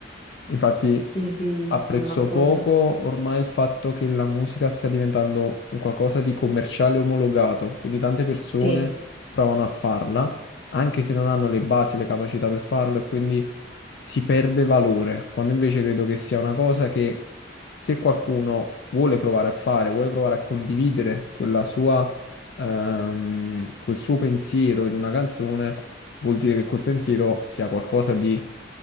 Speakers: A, on the left; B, on the left.
A: Infatti
B: Sì, sì,
A: apprezzo
B: sono d'accordo.
A: poco ormai il fatto che la musica stia diventando un qualcosa di commerciale omologato, quindi tante persone
B: Sì.
A: provano a farla, anche se non hanno le basi, le capacità per farlo e quindi si perde valore, quando invece credo che sia una cosa che se qualcuno vuole provare a fare, vuole provare a condividere quella sua ehm, quel suo pensiero in una canzone, vuol dire che quel pensiero sia qualcosa di